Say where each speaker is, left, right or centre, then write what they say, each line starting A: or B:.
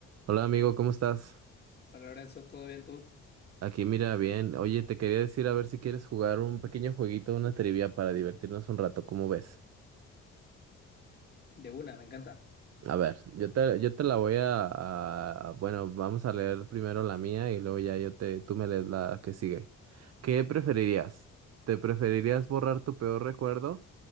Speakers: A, on the right; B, on the left.
A: Hola amigo, ¿cómo estás?
B: Hola Lorenzo, ¿todo bien tú?
A: Aquí mira bien. Oye, te quería decir a ver si quieres jugar un pequeño jueguito, una trivia para divertirnos un rato, ¿cómo ves?
B: De una, me encanta.
A: A ver, yo te, yo te la voy a, a- a- bueno, vamos a leer primero la mía y luego ya yo te, tú me lees la que sigue. ¿Qué preferirías? ¿Te preferirías borrar tu peor recuerdo